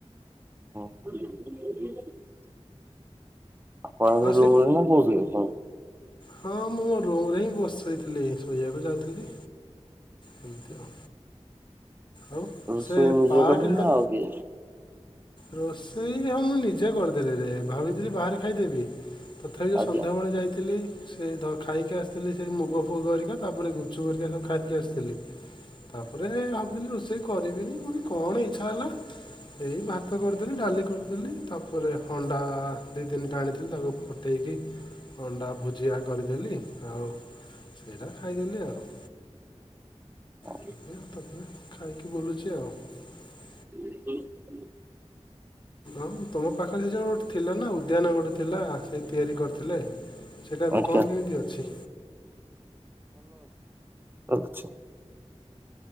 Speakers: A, on the right; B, on the left.
A: <unintelligible> ଆପଣ
B: ଆଉ
A: ଆ
B: ସେ
A: ରୁମ ରେ ନା କୋଉଠି ଅଛି।
B: ହଁ ମୁଁ ମୋ ରୋମରେ ହିଁ ବସିଛି। ଶୋଇଥିଲି ଶୋଇବାକୁ ଯାଉଥିଲି। ଏମିତି ଆଉ ଆଉ
A: ରଷୋଇ
B: ସେ
A: ନିଜେ
B: ପାର୍କ
A: କରିବ
B: ଯେଉଁଟା
A: ନା ଆଉ କି?
B: ରୋଷେଇ ହଁ ମୁଁ ନିଜେ କରିଦେଲି ରେ ଭାବିଥିଲି ବାହାରେ ଖାଇଦେବି। ତଥାପି ଯେଉଁ
A: ଆଜ୍ଞା
B: ସନ୍ଧ୍ୟାବେଳେ ଯାଇଥିଲି ସେ ଖାଇକି ଆସିଥିଲି ସେ ମୁଗ ପୁଅ କରିକା ତାପରେ ଗୁଚୁ କରିକା ସବୁ ଖାଇକି ଆସିଥିଲଥିଲେ। ତାପରେ ଭାବୁଥିଲି ରୋଷେଇ କରିବିନି ପୁଣି କଣ ଇଚ୍ଛା ହେଲା। ଏଇ ଭାତ ଡାଲି କରିଦେଲି ତାପ ପରେରେ ହଣ୍ଡା ଦୁଇ ତିନିଟା ଆଣିଥିଲି ତାକୁ ଦେଇକି ଅଣ୍ଡା ଭୁଜିଆ କରିଦେଲି। ଆଉ। ସେଇଟା ଖାଇଦେଲି ଆଉ
A: ଆ।
B: ଏମିତି ଆଉ ତାପରେ ଖାଇକି <inaudible>
A: <inaudible>
B: ଆଉ ତମ ପାଖରେ ଯୋଉ ଗୋଟେ ଥିଲା ନା ଉଦ୍ୟାନ ଗୋଟେ ଥିଲା ସେ ତିଆରି କରିଥିଲେ ସେଇଟା ଏବେ
A: ଆଜ୍ଞା
B: କଣ କେମିତି ଅଛି?
A: ଆଚ୍ଛା